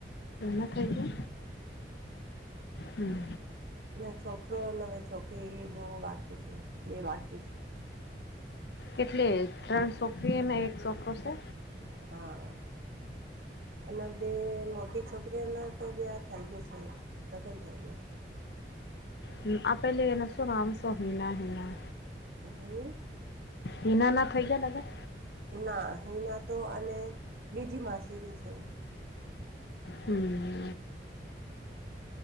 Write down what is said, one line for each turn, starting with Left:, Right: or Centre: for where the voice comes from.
Left: એ ખાઈ ગયો. હમ્મ
Right: એનો છોકરો નવે છોકરી દો બાકી છે. બે બાકી છે.
Left: કેટલી ત્રણ છોકરીઓ ને એક છોકરા છે?
Right: હા અને આમ તે મોટી છોકરીને તો બ્યા થઈ ગયો છે, લગ્ન થઈ ગયો છે.
Left: હમ્મ આપ પે લ એના શું આમ શો હિના હિના
Right: છે હમ
Left: હિના ના થઇ ગયા લગ્ન?
Right: ના હિના તો અને બીજી માસીરી છે.
Left: હમ્મ